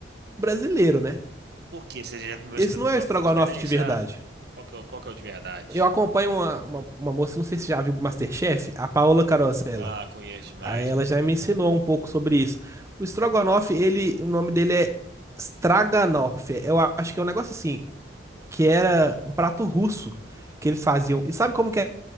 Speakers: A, on the right; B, on the right.
A: brasileiro, né?
B: Por quê? Você já comeu
A: Esse
B: estrogonofe
A: não é o estrogonofe
B: diferenciado?
A: de verdade.
B: Qual que é, o- qual que é o de verdade?
A: Eu acompanho uma, uma, uma moça, não sei se você já viu o MasterChef, a Paola Carosella.
B: Ah, conheço demais,
A: Aí ela
B: velho.
A: já me ensinou um pouco sobre isso. O estrogonofe, ele, o nome dele é Straganoff. Eu acho que é um negócio assim, que era um prato russo que eles faziam. E sabe como que